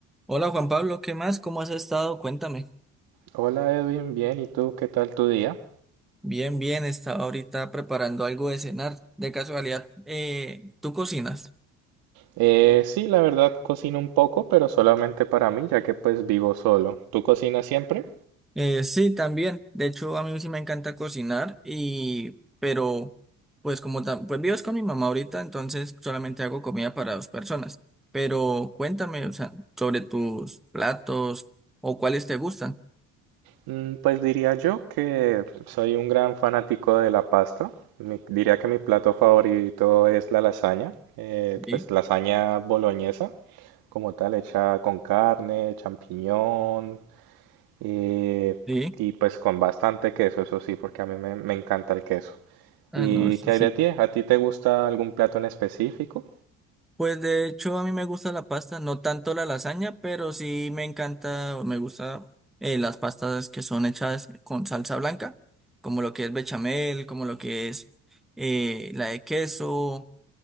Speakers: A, in the centre; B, on the right (about 70°).
A: Hola Juan Pablo, ¿qué más? ¿Cómo has estado? Cuéntame.
B: Hola Edwin, bien, ¿y tú qué tal tu día?
A: Bien, bien, estaba ahorita preparando algo de cenar. De casualidad, eh, ¿tú cocinas?
B: Eh, sí, la verdad cocino un poco, pero solamente para mí, ya que pues vivo solo. ¿Tú cocinas siempre?
A: Eh, sí, también. De hecho, a mí sí me encanta cocinar y, pero, pues como tam- pues vives con mi mamá ahorita, entonces solamente hago comida para dos personas. Pero cuéntame, o sea, sobre tus platos o cuáles te gustan.
B: Mm, pues diría yo que soy un gran fanático de la pasta. Mi- diría que mi plato favorito es la lasaña, eh,
A: Sí,
B: pues lasaña boloñesa, como tal, hecha con carne, champiñón, Eh,
A: sí.
B: y pues con bastante queso, eso sí, porque a mí me, me encanta el queso.
A: Ah,
B: ¿Y
A: no, eso
B: qué
A: sí.
B: hay de ti? ¿A ti te gusta algún plato en específico?
A: Pues de hecho a mí me gusta la pasta, no tanto la lasaña, pero sí me encanta o me gusta eh, las pastas que son hechas con salsa blanca, como lo que es bechamel, como lo que es eh, la de queso,